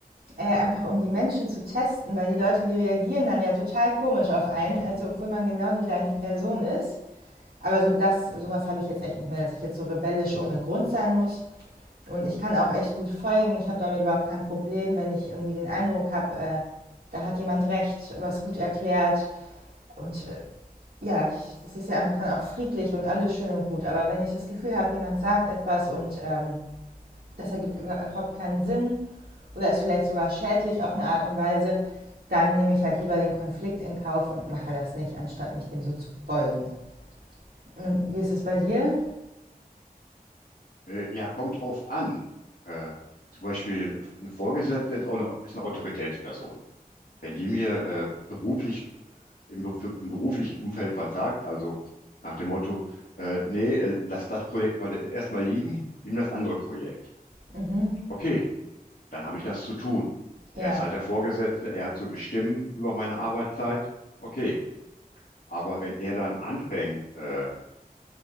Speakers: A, on the right; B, on the left.
A: äh, einfach um die Menschen zu testen, weil die Leute, die reagieren dann ja total komisch auf einen, also obwohl man genau die gleiche Person ist. Aber so das, sowas habe ich jetzt echt nicht mehr, dass ich jetzt so rebellisch ohne Grund sein muss. Und ich kann auch echt gut folgen. Ich habe damit überhaupt kein Problem, wenn ich irgendwie den Eindruck habe, äh, da hat jemand recht, was gut erklärt. Und äh, ja, ich, das ist ja einfach dann auch friedlich und alles schön und gut. Aber wenn ich das Gefühl habe, jemand sagt etwas und ähm, das ergibt überhaupt keinen Sinn oder ist vielleicht sogar schädlich auf eine Art und Weise, dann nehme ich halt lieber den Konflikt in Kauf und mache das nicht, anstatt mich dem so zu beugen. Und wie ist es bei dir?
B: Äh, ja, kommt drauf an. Äh, zum Beispiel eine Vorgesetzte ist auch eine, ist eine Autoritätsperson. Wenn die mir äh, beruflich, im, Be- im beruflichen Umfeld was sagt, also nach dem Motto, äh, nee, äh, lass das Projekt mal erstmal liegen, nimm das andere Projekt.
A: Mhm.
B: Okay, dann habe ich das zu tun. Er
A: Ja.
B: ist halt der Vorgesetzte, er hat zu bestimmen über meine Arbeitszeit. Okay, aber wenn er dann anfängt, äh,